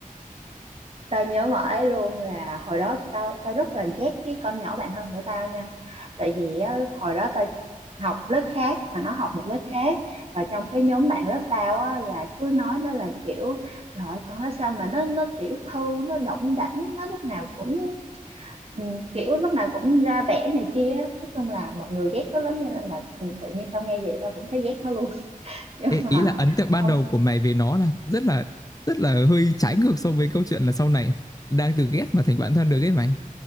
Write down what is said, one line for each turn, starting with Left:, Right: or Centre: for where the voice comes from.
Right: tao nhớ mãi luôn là hồi đó tao tao rất là ghét cái con nhỏ bạn thân của tao nha tại vì á, hồi đó tao học lớp khác mà nó học một lớp khác và trong cái nhóm bạn lớp tao á, là cứ nói nó là kiểu trời ơi, con nó sao mà nó nó tiểu thư nó đỏng đảnh nó lúc nào cũng ừ, kiểu lúc nào cũng ra vẻ này kia á." nói chung là mọi người ghét nó lắm cho nên là ừ, tự nhiên tao nghe vậy tao cũng thấy ghét nó luôn <laughs> nhưng
Left: Ê,
Right: mà
Left: ý là ấn tượng ban
Right: không
Left: đầu của mày về nó là rất là rất là hơi trái ngược so với câu chuyện là sau này đang từ ghét mà thành bạn thân được ấy mày.